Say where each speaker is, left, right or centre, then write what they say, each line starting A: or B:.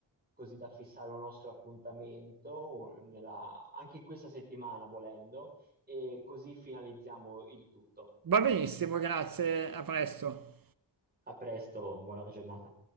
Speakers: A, on the right; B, on the right.
A: così da fissare un nostro appuntamento un- nella- anche in questa settimana, volendo, e così finalizziamo il tutto.
B: Va benissimo, grazie, a presto.
A: A presto, buona giornata.